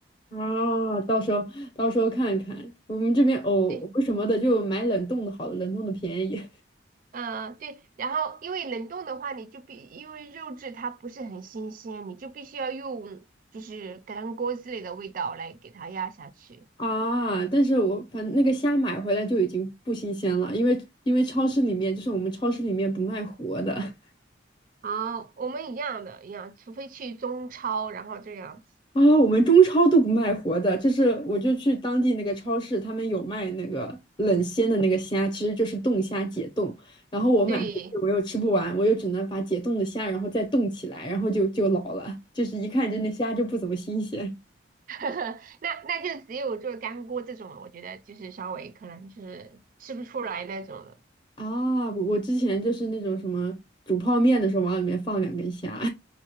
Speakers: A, on the left (about 25°); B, on the right (about 45°).
A: 啊，到时候到时候看看，我们这边藕藕什么的就买冷冻的好了，
B: <laughs> 对，
A: 冷冻的便宜。
B: 嗯，对，然后因为冷冻的话，你就必因为肉质它不是很新鲜，你就必须要用就是干锅之类的味道来给它压下去。
A: 啊，但是我反正那个虾买回来就已经不新鲜了，因为因为超市里面就是我们超市里面不卖活的 <laughs>
B: 啊，我们一样的，一样，除非去中超，然后这样子。
A: 啊，我们中超都不卖活的，就是我就去当地那个超市，他们有卖那个冷鲜的那个虾，其实就是冻虾解冻，然后我买回去我又吃不完，
B: 对，
A: 我又只能把解冻的虾然后再冻起来，然后就就老了，就是一看就那虾就不怎么新鲜
B: <laughs> 那那就只有做干锅这种了，我觉得就是稍微可能就是吃不出来那种的。
A: <laughs> 啊，我我之前就是那种什么煮泡面的时候往里面放两根虾。